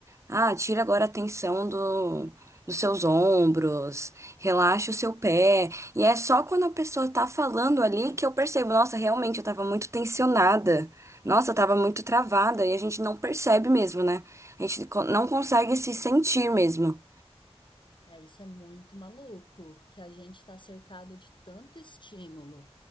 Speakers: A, on the right; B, on the left.
A: Ah, tira agora a tensão do, dos seus ombros, relaxa o seu pé. E é só quando a pessoa tá falando ali que eu percebo, nossa, realmente eu tava muito tensionada. Nossa, eu tava muito travada. E a gente não percebe mesmo, né? A gente co- não consegue se sentir mesmo.
B: É, isso é muito maluco, que a gente tá cercado de tanto estímulo